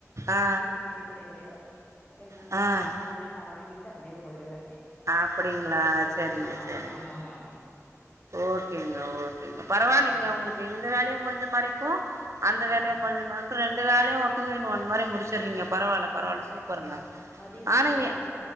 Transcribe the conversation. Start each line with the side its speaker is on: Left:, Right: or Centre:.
Right: ஆ
Left: வீட்டுக் என்ன தேவையோ என்ன
Right: ஆ
Left: எல்லா நா வாங்கிட்ட அப்டியே போயிடுவே
Right: அப்படிங்களா சேரிங்க
Left: ஆமாங்க
Right: சேரிங்க
Left: ஆமாங்க ஆமா
Right: ஓகேங்க ஓகேங்க பரவாயில்லிங்க
Left: அது
Right: உங்களுக்கு இந்த வேலையு முடிஞ்ச மாரி இருக்கு அந்த
Left: ஆமா
Right: வேலயாம் கொஞ்ச நேரத்துல ரெண்டு வேலையு டூ இன் ஒன் மாரி முடிச்சிறிங்க பரவால்ல பரவால்ல சூப்பருங்க
Left: ஆமா மதிய
Right: ஆனா
Left: வீட்ல வந்து
Right: ஏ